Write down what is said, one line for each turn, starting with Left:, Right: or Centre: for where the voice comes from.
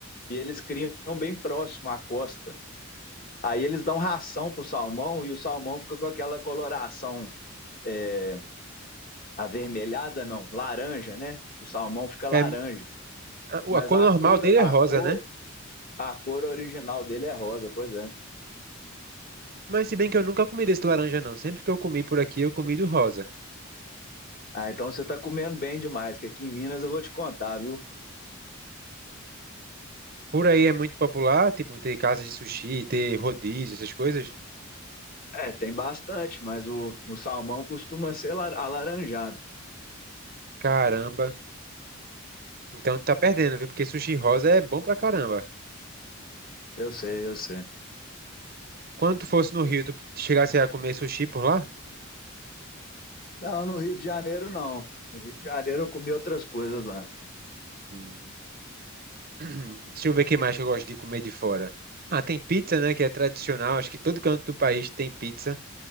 Left: E eles criam bem próximo à costa. Aí eles dão ração para o salmão e o salmão fica com aquela coloração é, avermelhada, não, laranja, né? O salmão fica laranja.
Right: É, a,
Left: Mas
Right: a cor
Left: a
Right: normal
Left: cor,
Right: dele
Left: a
Right: é rosa,
Left: cor,
Right: né?
Left: a cor original dele é rosa, pois é.
Right: Mas se bem que eu nunca comi desse laranja não. Sempre que eu comi por aqui, eu comi do rosa.
Left: Ah, então você tá comendo bem demais, que aqui em Minas eu vou te contar, viu?
Right: Por aí é muito popular, tipo, ter casas de sushi, ter rodízio, essas coisas.
Left: É, tem bastante, mas o, o salmão costuma ser la- alaranjado.
Right: Caramba. Então tu tá perdendo, viu? Porque sushi rosa é bom pra caramba.
Left: Eu sei, eu sei.
Right: Quando tu fosse no Rio, tu chegasse a comer sushi por lá?
Left: Não, no Rio de Janeiro não. No Rio de Janeiro eu comi outras coisas lá.
Right: Hum. <clears throat> Deixa eu ver o que mais que eu gosto de comer de fora. Ah, tem pizza, né? Que é tradicional. Acho que todo canto do país tem pizza.